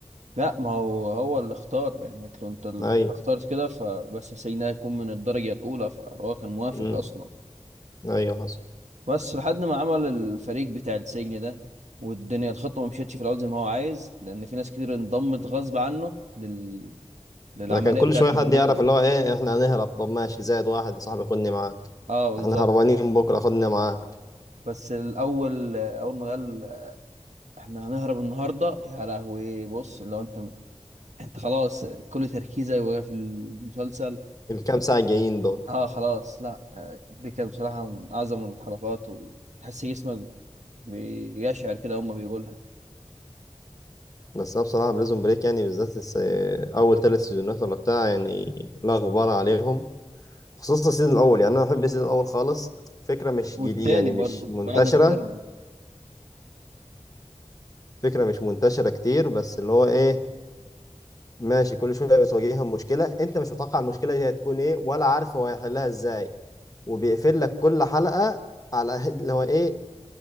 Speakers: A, on the right; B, on the left.
A: لا ما هو هو اللي اختار يعني قلت له انت اللي
B: ايوه
A: اخترت كده فبس السجن ده هيكون من الدرجة الأولى فهو كان موافق
B: امم
A: أصلا
B: ايوه حصل
A: بس لحد ما عمل الفريق بتاع السجن ده والدنيا الخطة ما مشيتش في الأول زي ما هو عايز لأن في ناس كتير انضمت غصب عنه لل... للعملية
B: ما كان كل
A: بتاعة
B: شويه
A: الهروب
B: حد يعرف اللي هو ايه احنا هنهرب طب ماشي زائد واحد يا صاحبي خدني معاك
A: اه بالظبط
B: احنا هربانين بكره خدني معاك
A: بس الأول أول ما قال احنا هنهرب النهارده يا لهوي بص لو انت انت خلاص كل تركيزك بقى في المسلسل
B: الكام ساعه جايين دول
A: اه خلاص لا آه، دي كانت بصراحه من اعظم الحلقات وتحس جسمك بيشعر كده هما بيقولها
B: بس انا بصراحه بريزون بريك يعني بالذات الس- اول ثلاث سيزونات ولا بتاع يعني لا غبار عليهم خصوصا السيزون الاول يعني انا بحب السيزون الاول خالص فكره مش
A: والتاني
B: جديده يعني
A: برضو
B: مش منتشره
A: بعد ما هربوا
B: فكره مش منتشره كتير بس اللي هو ايه ماشي كل شويه بتواجههم مشكله انت مش متوقع المشكله دي هتكون ايه ولا عارف هو هيحلها ازاي وبيقفل لك كل حلقه على <laughs> أهل- اللي هو ايه,